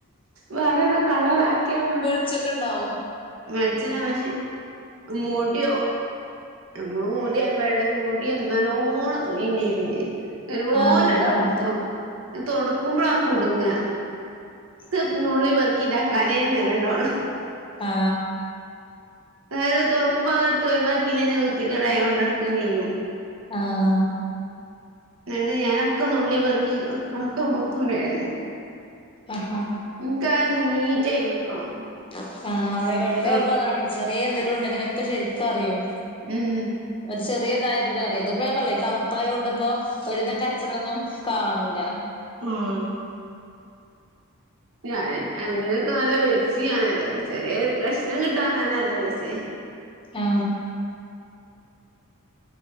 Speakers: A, on the right; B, on the left.
A: വേറെതാ കളർ ആക്കിയ മ
B: <unintelligible> ഉണ്ടാവു.
A: <unintelligible> മൂടിയോ? <unintelligible> മുടി എന്താലോണം തൊലി നീന്തേ. ഒരുപോലെ
B: ആ അതാണ്
A: ഉണ്ടാവകത്തും, ഇപ്പം തൊടുക്കുമ്പോഴ ആ കുടുങ്ങ.
B: <inaudible>
A: <unintelligible> നുള്ളി പെറുകി ഉണ്ടാക്കാനേ നേരിണ്ടള്ളൂ.
B: ആഹ..
A: അവര് തുറക്കുമ്പോ എടുത്ത് ഒഴിവാക്കില്ലെ വൃത്തിക്കേട ആ കൊണ്ട്ക്കും ചെയ്യും.
B: ആഹ..
A: <unintelligible> ഞാനൊക്കെ നുള്ളി പെറക്കി ഒക്കെ പുറത്തണ്ടയെലെ.
B: ആഹാ,
A: എനിക്ക് ആ നീറ്റായി നിക്കണം.
B: ആഹ, അതെ വെള്ളാവുമ്പോ
A: തൊടു
B: അതാണ്, ചെറിയ എന്തേലും ഉണ്ടെങ്കിലൊക്കെ ശെരിക്കറിയും.
A: ഉം.
B: ഒരു ചെറിയതായ പിനെ അറിയ ഇത് പൊ ഞാൻ പറഞ്ഞില്ലേ? കറുപ്പായത് കൊണ്ട്പ്പോ.. ഒരിതം കച്ചറൊന്നും കാണൂല.
A: ഉം... <unintelligible> നല്ല പൈസി ആണല്ലോ? ചെറിയ ഒരു കഷ്ണം കിട്ടാൻ തന്നെ നല്ല പൈസായി. <inaudible> <unintelligible> <unintelligible>
B: ആ